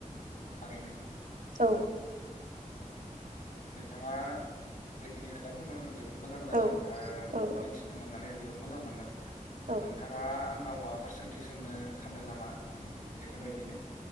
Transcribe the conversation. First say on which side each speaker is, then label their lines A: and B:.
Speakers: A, on the left; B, on the right.
A: थारैनो
B: औ
A: नोंथाङा जेखिनि खोथा बुंदों जोबोर जोबोद मोजां जादों
B: औ औ
A: मोनथिनो मोननानै जोबोद मोजां मोनदों
B: औ
A: नोंथाङा आंनाव मा बेफोर सोंथि सोंनो सानदों नामा बेफोरबायदिनो?